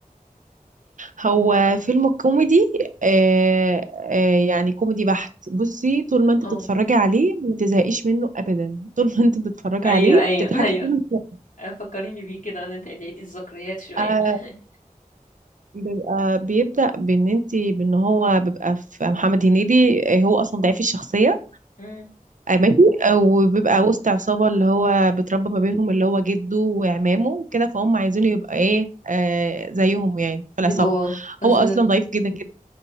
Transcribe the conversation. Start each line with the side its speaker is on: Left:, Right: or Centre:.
Right: هو فيلم كوميدي آه آه يعني كوميدي بحت بصي طول ما انت
Left: اه
Right: بتتفرجي عليه ما تزهقيش منه أبدا <laughs> طول ما انت بتتفرجي
Left: ايوه
Right: عليه
Left: ايوه
Right: بتضحكي
Left: <laughs> ايوه
Right: منه
Left: آه، فكريني بيه كده انا تقليدي الذكريات شويه
Right: آه،
Left: <laughs>
Right: بيبقى بيبدأ بإن انت بإن هو بيبقى في محمد هنيدي آه، هو أصلا ضعيف الشخصية
Left: مم.
Right: ماشي وبيبقى وسط عصابة اللي هو بتربى ما بينهم اللي هو جده وعمامه وكده فهم عايزينه يبقى ايه آه زيهم يعني في
Left: بيبقوا
Right: العصابة
Left: أزول
Right: هو أصلا ضعيف جدا جدا